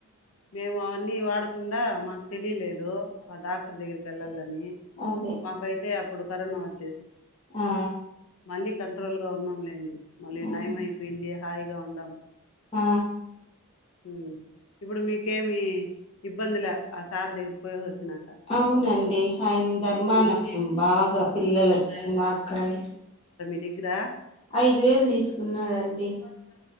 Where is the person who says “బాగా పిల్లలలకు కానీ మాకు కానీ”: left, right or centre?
Left